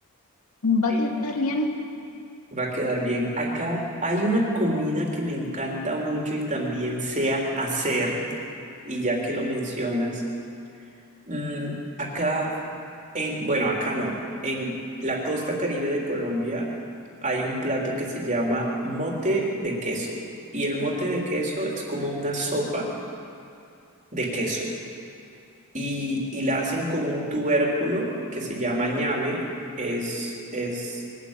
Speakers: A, on the left (about 75°); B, on the right (about 35°).
A: va
B: sí,
A: a quedar bien.
B: va a quedar bien. Acá hay una comida que me encanta mucho y también sé hacer, y ya que lo mencionas, mm, acá, en, bueno, acá no, en la costa Caribe de Colombia hay un plato que se llama mote de queso, y el mote de queso es como una sopa de queso. y, y la hacen con un tubérculo que se llama ñame, es, es,